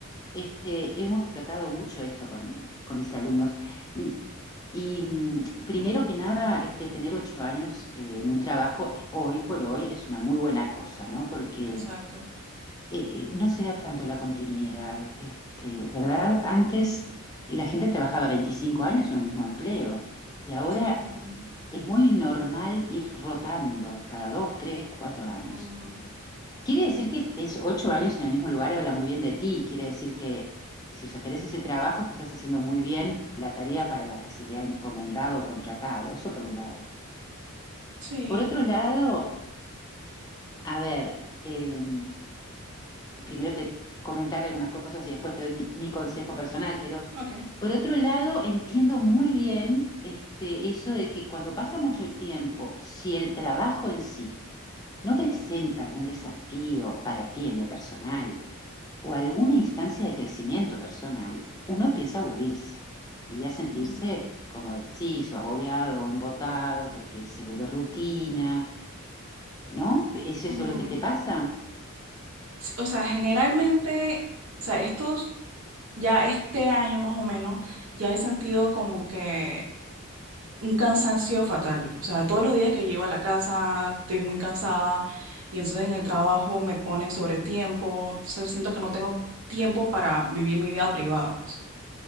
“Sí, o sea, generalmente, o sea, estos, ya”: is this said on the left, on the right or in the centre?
Right